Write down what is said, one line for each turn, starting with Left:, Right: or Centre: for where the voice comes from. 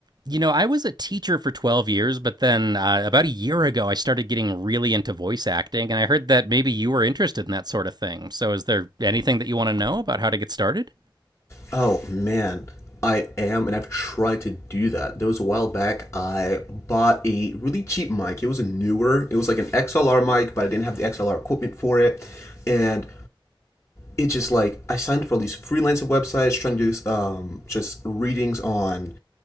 Right: You know, I was a teacher for 12 years, but then uh, about a year ago, I started getting really into voice acting, and I heard that maybe you were interested in that sort of thing. So, is there anything that you want to know about how to get started?
Left: Oh man, I am, and I've tried to do that. There was a while back, I bought a really cheap mic. It was a newer, it was like an XLR mic, but I didn't have the XLR equipment for it. And it just like, I signed for all these freelancer websites trying to do um, just readings on